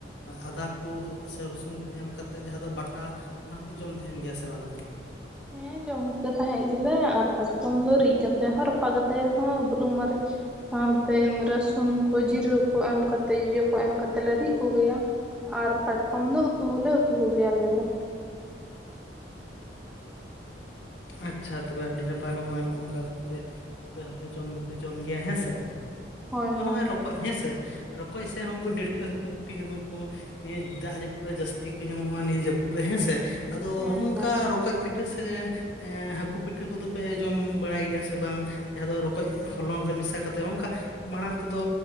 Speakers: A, on the left; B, in the centre.
A: ᱟᱫᱟ ᱠᱩ ᱥᱮ ᱨᱚᱥᱩᱱ ᱠᱩ ᱮᱢ ᱠᱟᱛᱮᱜ ᱡᱟᱦᱟᱸ ᱫᱚ ᱵᱟᱴᱟ ᱚᱱᱟ ᱯᱮ ᱡᱚᱢ ᱛᱟᱦᱮᱱ ᱜᱮᱭᱟ ᱥᱮ ᱵᱟᱝᱼᱟ ᱾
B: ᱦᱮᱸ ᱡᱚᱢ ᱠᱚ ᱛᱟᱦᱮᱸᱜ ᱜᱮᱞᱮ ᱟᱨ ᱠᱟᱴᱠᱚᱢ ᱫᱚ ᱨᱤᱫ ᱠᱟᱛᱮ ᱦᱚᱸ ᱨᱟᱯᱟᱜ ᱠᱟᱛᱮ ᱦᱚᱸ ᱵᱩᱞᱩᱝ ᱢᱟᱹᱨᱤᱪ ᱼᱼ ᱥᱟᱶᱛᱮ ᱨᱟᱹᱥᱩᱱ ᱠᱚ ᱡᱤᱨᱟᱹ ᱠᱩ ᱮᱢ ᱠᱟᱛᱮ ᱡᱚᱡᱚ ᱠᱚ ᱮᱢ ᱠᱟᱛᱮᱜ ᱞᱮ ᱨᱤᱫ ᱠᱚ ᱜᱮᱭᱟ ᱾ ᱟᱨ ᱠᱟᱴᱠᱚᱢ ᱫᱚ ᱩᱛᱩ ᱦᱚᱸ ᱞᱮ ᱩᱛᱩ ᱠᱚ ᱜᱮᱭᱟ ᱟᱞᱮ ᱫᱚ ᱾
A: ᱟᱪᱪᱷᱟ ᱛᱚᱵᱮ ᱟᱹᱰᱤ ᱱᱟᱯᱟᱭ ᱱᱚᱜᱼᱚᱭ ᱱᱚᱜᱼᱚᱭ ᱱᱚᱝᱠᱟ ᱠᱟᱛᱮ ᱯᱮᱼᱼ ᱟᱯᱮ ᱦᱚᱸ ᱯᱮ ᱡᱚᱢ ᱫᱚ ᱯᱮ ᱡᱚᱢ ᱜᱮᱭᱟ ᱦᱮᱸ ᱥᱮ
B: ᱦᱳᱭ
A: ᱛᱚᱵᱮ
B: ᱦᱳᱭ
A: ᱦᱚᱸᱜᱼᱚᱭ ᱨᱚᱠᱚᱡ ᱦᱮᱸ ᱥᱮ ᱼᱼ ᱨᱚᱠᱚᱡ ᱥᱮ ᱦᱚᱸ ᱩᱱᱠᱩ ᱰᱟᱹᱲᱠᱟᱹ ᱦᱟᱹᱠᱩ ᱯᱩᱴᱷᱤ ᱦᱟᱹᱠᱩ ᱠᱩ ᱼᱼ ᱱᱤᱭᱟᱹ ᱫᱟᱜ ᱡᱟᱹᱯᱩᱫ ᱨᱮ ᱡᱟᱹᱥᱛᱤ ᱠᱚ ᱧᱟᱢᱚᱜᱼᱟ ᱱᱤᱭᱟᱹ ᱡᱟᱹᱯᱩᱫ ᱨᱮ ᱦᱮᱸ ᱥᱮ ᱾ ᱟᱫᱚ
B: ᱦᱮᱸ
A: ᱦᱚᱜᱼᱚᱝᱠᱟ
B: ᱦᱮᱸ
A: ᱨᱚᱠᱚᱡ ᱯᱤᱴᱷᱟᱹ ᱥᱮ ᱼᱼ ᱦᱟᱹᱠᱩ ᱯᱤᱴᱷᱟᱹ ᱠᱚᱫᱚ ᱯᱮ ᱡᱚᱢ ᱵᱟᱲᱟᱭ ᱜᱮᱭᱟ ᱥᱮ ᱵᱟᱝ? ᱡᱟᱦᱟᱸ ᱫᱚ ᱨᱚᱠᱚᱡ ᱦᱚᱞᱚᱝ ᱨᱮ ᱢᱮᱥᱟ ᱠᱟᱛᱮ ᱚᱝᱠᱟ ᱼᱼ ᱢᱟᱲᱟᱝ ᱛᱮ ᱫᱚ